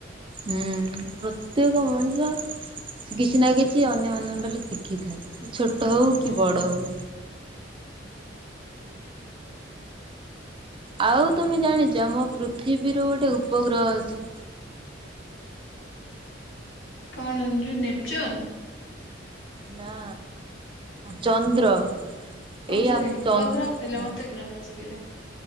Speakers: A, on the right; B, on the left.
A: ହୁଁ ପ୍ରତ୍ୟେକ ମଣିଷ କିଛି ନା କିଛି ଅନ୍ୟମାନ ଙ୍କ ଠାରୁ ଶିଖିଥାଏ। ସେ ଛୋଟ ହଉ
B: ହଁ
A: କି
B: ହୁଁ
A: ବଡ ହଉ ଆଉ ତମେ ଜାଣିଚ ଆମ ପୃଥିବୀର ଗୋଟେ ଉପଗ୍ରହ ଅଛି?
B: କଣ ଯୋଉ ନେପଚୁନ୍?
A: ନା ଚନ୍ଦ୍ର
B: ଓ
A: ଏଇ
B: ସରି
A: ଆମ
B: ଉପଗ୍ରହ
A: ଚନ୍ଦ
B: କହିଲ ମତେ ଗ୍ରହ ଶୁଭିଲା।